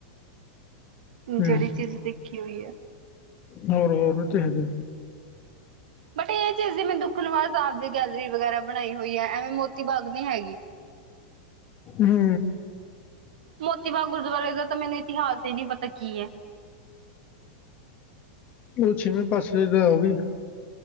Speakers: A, on the left; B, on the right.
A: ਹੂੰ
B: ਜਿਹੜੀ ਚੀਜ਼ ਦੇਖੀ ਹੋਈ ਹੈ।
A: ਹੋਰ, ਹੋਰ ਓ ਤੇ ਹੈਗੇ।
B: ਬਟ ਇਹ ਚੀਜ਼ ਜਿਵੇ ਦੁੱਖ ਨਿਵਾਰਨ ਸਾਹਿਬ ਦੀ ਗੈਲਰੀ ਵਗੈਰਾ ਬਣਾਈ ਹੋਈ ਹੈ, ਐਵੇਂ ਮੋਤੀ ਬਾਗ ਨਹੀਂ ਹੈਗੀ।
A: ਹੂੰ
B: ਮੋਤੀ ਬਾਗ ਗੁਰਦੁਆਰੇ ਤਾਂ ਮੈਨੂੰ ਇਤਿਹਾਸ ਹੀ ਨੀ ਪਤਾ ਕੀ ਹੈ।
A: ਉਹ ਛੇਵੇਂ ਪਾਤਸ਼ਾਹ ਜੀ ਦਾ ਉਹ ਵੀ